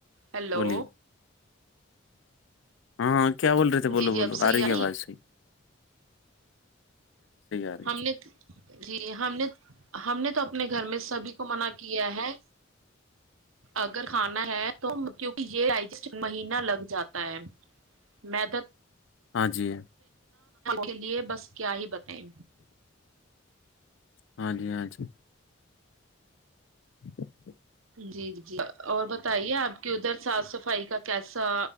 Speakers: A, on the right; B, on the left.
A: ہیلو
B: بولیے ہاں ہاں کیا بول رہے تھے بولو
A: جی جی
B: بولو
A: اب صحیح
B: آ رہی ہے بائی صی آ رہی
A: ہم
B: ہے
A: نے جی ہم نے ہم نے تو اپنے گھر میں سبھی کو منع کیا ہے اگر کھانا ہے تو کیونکہ یہسٹ مہینہ لگ جاتا ہے مید
B: ہاں جی
A: کے لیئے بس کیا ہی بتائیں
B: ہاں جی ہاں جی اچ <inaudible> <inaudible>
A: جی جی اور بتائیے آپ کی ادھر صاف صفائی کا کیسا